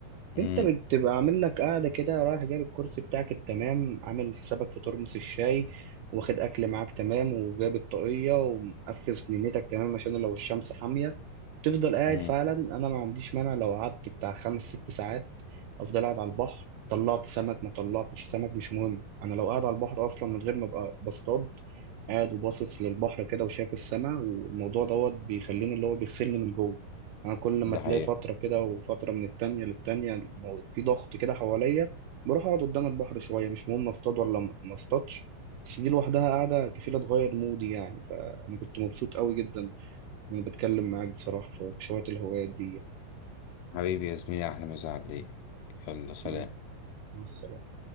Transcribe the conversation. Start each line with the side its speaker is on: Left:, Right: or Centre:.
Left: امم
Right: انت بتبقى عامل لك قاعده كده رايح جايب الكرسي بتاعك التمام عامل حسابك في ترمس الشاي واخد اكل معاك تمام وجايب الطاقيه ومقفز نينتك تمام عشان لو الشمس حاميه تفضل قاعد
Left: امم
Right: فعلا انا ما عنديش مانع لو قعدت بتاع خمس ست ساعات افضل قاعد على البحر طلعت سمك ما طلعتش سمك مش مهم انا لو قاعد على البحر اصلا من غير ما ابقى بصطاد قاعد وباصص للبحر كده وشايف السماء والموضوع دوت بيخليني اللي هو بيغسلني من جوه انا كل ما
Left: ده
Right: تلاقي
Left: حقيقة
Right: فتره كده وفتره من التانية للتانية المو- في ضغط كده حواليا بروح اقعد قدام البحر شويه مش مهم اصطاد ولا ما ما اصطادش بس دي لوحدها قاعده كفيله تغير مودي يعني فانا كنت مبسوط قوي جدا وانا بتكلم معاك بصراحه في في شويه الهوايات دي
Left: حبيبي يا زميلي أحلى مسا عليك يلا سلام
Right: يعني. مع السلامه